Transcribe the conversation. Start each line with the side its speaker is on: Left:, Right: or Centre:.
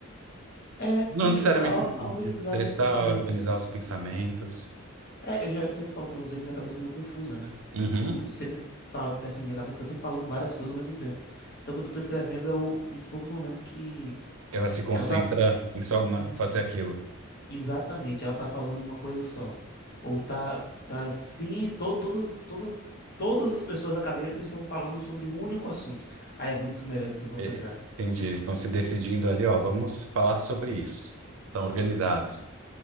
Left: É,
Right: não
Left: me ajuda
Right: necessariamente
Left: a, a
Right: destressar,
Left: organizar meus pensamentos.
Right: organizar os pensamentos.
Left: É, eu já sempre falo pra você que minha cabeça é meio confusa, né?
Right: Uhum.
Left: Eu sempre falo, assim, minha cabeça tá sempre falando várias coisas ao mesmo tempo. Então, quando eu tô escrevendo, é o- um dos poucos momentos que
Right: Que ela se concentra
Left: ela tá.
Right: em só na-
Left: Isso.
Right: fazer aquilo.
Left: Exatamente, ela tá falando uma coisa só. Ou tá, tá se to- todas, todas, todas as pessoas da cabeça estão falando sobre um único assunto. Aí é muito melhor de se concentrar.
Right: É, é, Entendi. Eles estão se decidindo ali, ó, vamos falar sobre isso. Estão organizados.